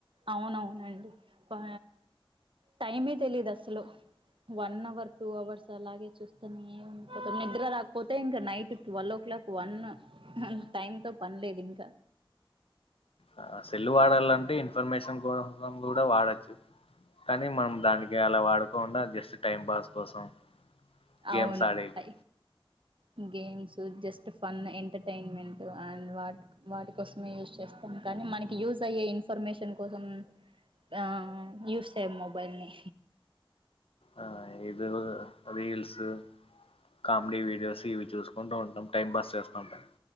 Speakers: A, on the right (about 65°); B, on the left (about 85°).
A: అవునవునండి పా టైమే తెలీదస్లు వన్ అవర్ టూ అవర్స్ అలాగే చూస్తూనే ఉండిపోతాం నిద్ర రాకపోతే ఇంకా night twelve o'clock one time తో పన్లేదింకా
B: ఆ సెల్లు వాడాల్ నంటే ఇన్ఫర్మేషన్ కోసం కూడా కూడా వాడొచ్చు కానీ మనం దాని ఇ అలా వాడకోండా జస్ట్ టైం పాస్ కోసం
A: అవును
B: గేమ్స్ ఆడేకి
A: I um games just fun entertainment and what వాటి కోసమే యూస్ చేస్తాం కానీ మనకి యూజ్ అయ్యే ఇన్ఫర్మేషన్ కోసం ఆ యూస్ చేయం మొబైల్ ని
B: ఆ ఏదో గద రీల్స్ కామెడీ వీడియోస్ ఇవి చూసుకుంటూ ఉంటాం టైం పాస్ చేస్తూ ఉంటా